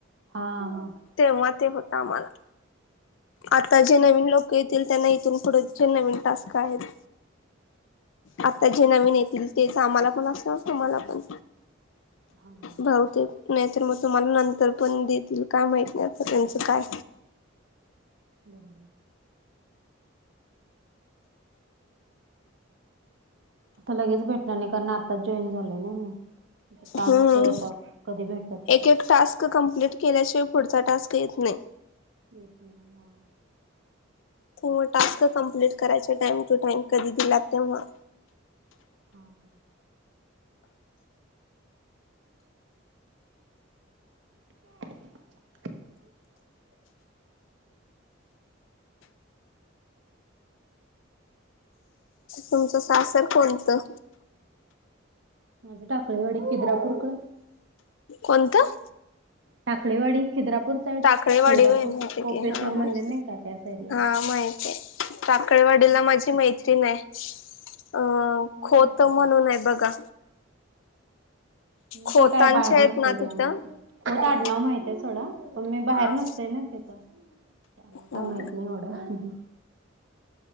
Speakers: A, on the right; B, on the left.
A: हा हा
B: तेव्हा ते होत. आम्हाला आता जे नवीन लोक येतील त्यांना इथून पुढं. चे नवीन टास्क आहेत. आता जे नवीन येतील तेच आम्हाला पण असणारच तुम्हाला पण.
A: हा
B: भाऊते नाहीत मग त. मला नंतर पण देतील काय माहित नाही त्यांचं काय.
A: बरोबर. आता लगेच भेटणार नाही कारण आताच जॉईन झालय ना मी. टास्क
B: हम्..
A: होता कधी भेटतात काय
B: एक
A: माहित
B: एक टास्क कंप्लेंट. -प्लीट केल्याशिवाय पुढचा टास्क येत नाही.
A: येत नाही हो.
B: ते मग टास्क कम्प्लीट करायचे टाइम टू टाइम कधी दिला तेव्हा.
A: हा.. हा.. हम.
B: तुमचं सासर कोणतं?
A: माझे टाकळीवाडी खिद्रापूरकडे.
B: कोणतं.?
A: टाकळेवाडी. खिद्रापूर साईड
B: टाकळेवाडी
A: खिद्रापूर
B: वी हा
A: कोपेश्वर
B: माहित
A: मंदिर नाही का त्या साईडला
B: हा माहित आहे. टाकळेवाडीला माझी मैत्रीण आहे. अ-खोत
A: होय
B: म्हणून आहे बघा.
A: मी
B: खोतांच्या
A: ते काय बाहेर
B: आहेत
A: नसतय
B: ना
A: त्यामुळे
B: तिथं
A: खोत आडनाव
B: हा
A: माहितेयं सोडा पण मी बाहेर
B: हा
A: नसतेय ना. हा काय.. आमाला
B: हो
A: माहित नाही एवढं.